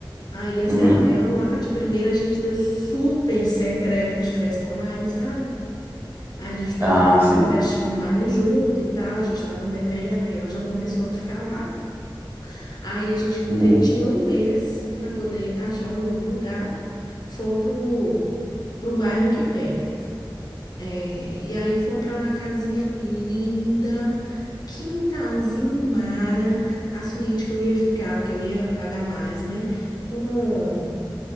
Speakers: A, on the left; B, on the right.
A: Aí aceitei
B: uhum.
A: ela lá, de primeira a gente deu super certo, era época de festa online, sabe? Aí a gente participou
B: Ah, sim.
A: de uma festa online junto e tal, a gente estava bebendo, aí ela já começou a ficar lá. Aí a gente
B: Uhum,
A: te- tinha um mês para poder achar um novo lugar. Fomos pro, pro bairro aqui perto. É, e aí fomos para lá, casinha linda, quintalzinho mara, a suíte que eu ia ficar, porque eu ia pagar mais, né? Com...